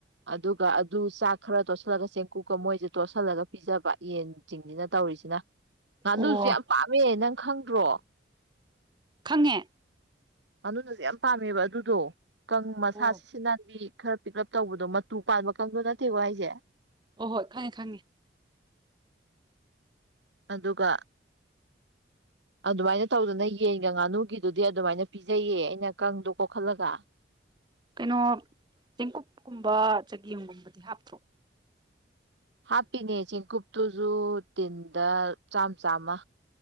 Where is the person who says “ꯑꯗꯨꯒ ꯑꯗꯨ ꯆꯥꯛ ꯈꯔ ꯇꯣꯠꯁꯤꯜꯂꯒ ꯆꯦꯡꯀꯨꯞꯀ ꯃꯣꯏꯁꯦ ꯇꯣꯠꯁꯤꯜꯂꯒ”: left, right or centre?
Right